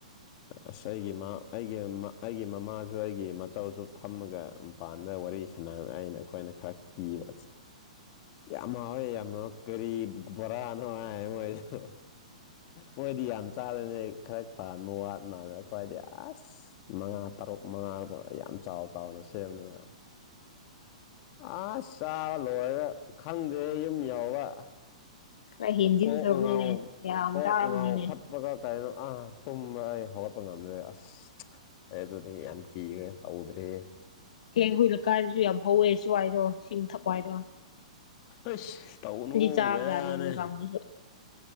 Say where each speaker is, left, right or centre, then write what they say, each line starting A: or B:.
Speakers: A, on the left; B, on the left.
A: ꯑꯁ ꯑꯩꯒꯤ ꯑꯩꯒꯤ ꯑꯩꯒꯤ ꯃꯃꯥ ꯁꯨ ꯑꯩꯒꯤ ꯃꯆꯧꯁꯨ ꯐꯝꯃꯒ ꯃꯄꯥꯟꯗ ꯋꯥꯔꯤ ꯁꯥꯟꯅꯔ ꯑꯩꯅ ꯑꯩꯈꯣꯏꯅ ꯈꯔ ꯀꯤꯕ ꯌꯥꯝ ꯍꯥꯎꯋꯦ ꯌꯥꯝꯅ ꯀꯔꯤ ꯕꯣꯔꯥꯅꯣ ꯍꯥꯏ ꯃꯣꯏꯁꯨ ꯃꯣꯏꯗꯤ ꯌꯥꯝ ꯆꯥꯗꯅꯦ ꯈꯔ ꯇꯥꯟꯕ ꯋꯥꯠ ꯃꯥꯟ꯭ꯔꯦ ꯈ꯭ꯋꯥꯏꯗꯤ ꯑꯁ ꯃꯉꯥ ꯇꯔꯨꯛ ꯃꯉꯥꯔꯨꯕ ꯑꯩ ꯌꯥꯝ ꯆꯥꯎ ꯆꯥꯎꯅ ꯁꯦꯝꯕꯅꯦꯕ ꯑꯁ ꯆꯥꯕ ꯂꯣꯏꯔ ꯈꯪꯗꯦ ꯌꯨꯝ ꯌꯎꯕ
B: ꯈꯔ ꯍꯦꯟꯖꯤꯟꯈ꯭ꯔꯕꯅꯤꯅꯦ
A: ꯀꯣꯛ ꯉꯥꯎ
B: ꯌꯥꯝ
A: ꯀꯣꯛ
B: ꯆꯥꯔꯝꯅꯤꯅꯦ
A: ꯉꯥꯎ ꯈꯠ ꯀꯨꯞꯄꯒ ꯀꯔꯤꯅꯣ ꯑꯥ ꯇꯨꯝꯕ ꯑꯩ ꯍꯧꯒꯠꯄ ꯉꯝꯅꯔꯦ ꯑꯁ ꯑꯩ ꯑꯗꯨꯗꯤ ꯌꯥꯝ ꯀꯤꯈ꯭ꯔꯦ ꯇꯧꯗ꯭ꯔꯦ
B: ꯍꯌꯦꯡ ꯍꯨꯏꯂꯛꯀꯥꯏꯔꯁꯨ ꯌꯥꯝ ꯍꯧꯋꯦ ꯁꯤꯋꯥꯏꯗꯣ ꯁꯤꯃ ꯊꯛꯄ ꯍꯥꯏꯏꯗꯣ
A: ꯑꯦꯁ ꯇꯥꯎꯅꯒꯕꯦꯔꯅꯦ
B: ꯆꯥꯕꯖꯥꯠꯅꯤ ꯃꯣꯏ ꯀꯥꯡꯕꯨꯁꯨ